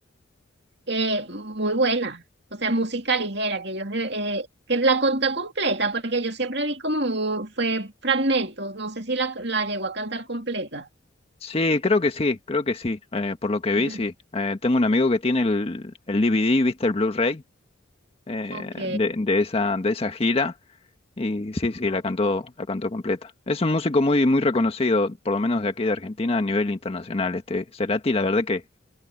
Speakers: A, on the right (about 55°); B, on the left (about 30°).
A: eh, muy buena, o sea, música ligera, que ellos, eh, eh, que la contó completa, porque yo siempre vi como un- fue fragmentos, no sé si la, la llegó a cantar completa.
B: Sí, creo que sí, creo que sí. eh, por lo que vi,
A: <laughs>
B: sí. Eh, tengo un amigo que tiene el, el DVD, ¿viste? El Blu-ray eh,
A: Ok,
B: de, de esa, de esa gira. Y sí, sí, la cantó, la cantó completa. Es un músico muy, muy reconocido, por lo menos de aquí de Argentina, a nivel internacional. Este Cerati, la verdad que,